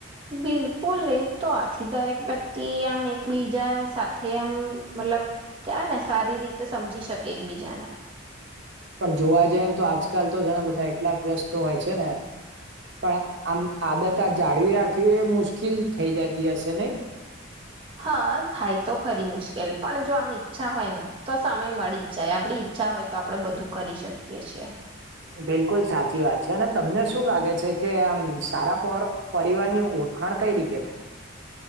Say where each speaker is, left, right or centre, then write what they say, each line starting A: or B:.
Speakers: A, on the right; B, on the right.
A: બિલકુલ એતો આથી દરેક વ્યક્તિ આમ એકબીજા સાથે એમ મતલબ કેવાય ને સારી રીતે સમજી શકે એકબીજાને.
B: પણ જોવા જઈ ને તો આજકાલ તો જણા બધા એટલા વ્યસ્ત હોય છે ને પણ આમ આદત આ જાળવી રાખવી એ મુશ્કેલ થઈ જતી હશે નહી.
A: હા થાય તો ખરી મુશ્કેલ પણ જો આમ ઈચ્છા હોય ને તો સમય મળી જ જાય આપડી ઈચ્છા હોય તો આપણેે બધુ કરી શકીએ છીએ.
B: બિલકુલ સાચી વાત છે અને તમને શું લાગે છે કે આમ સારા પર પરિવારની ઓળખાણ કઈ રીતે થાય.